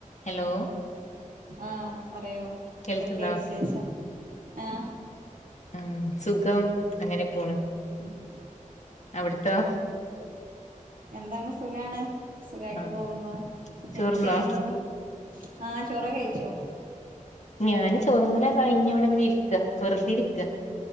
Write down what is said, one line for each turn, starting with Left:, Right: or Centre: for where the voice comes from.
Left: Hello
Right: ആഹ് പറയു
Left: കേൾക്ക്ണ്ടോ
Right: എന്തൊക്കെ വിശേഷം ആഹ്
Left: ഉം സുഖം അങ്ങനെ പോണ്.
Right: ഉം
Left: അവിടൊത്തോ
Right: എന്താണ് സുഖാണ് സുഖായിട്ട്
Left: ആഹ്
Right: പോകുന്നു
Left: ചോറ്ന്നോ
Right: എന്ത് ചെയ്യുന്നു? ആഹ് ചോറെക്കെ കഴിച്ചു.
Left: ഞാന് ചോറു തിന്നലൊക്കെ കഴിഞ്ഞ് ഇവിടെ ഇങ്ങനെ ഇരിക്കാ വെറുതെ ഇരിക്കാ